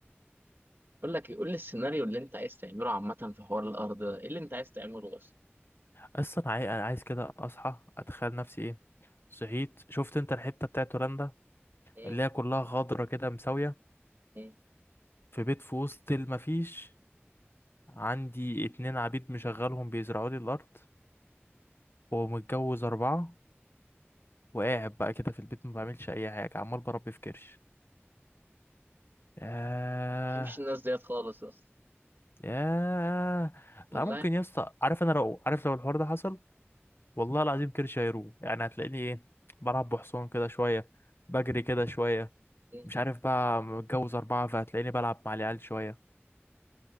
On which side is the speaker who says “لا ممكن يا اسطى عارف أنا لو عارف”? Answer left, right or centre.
Left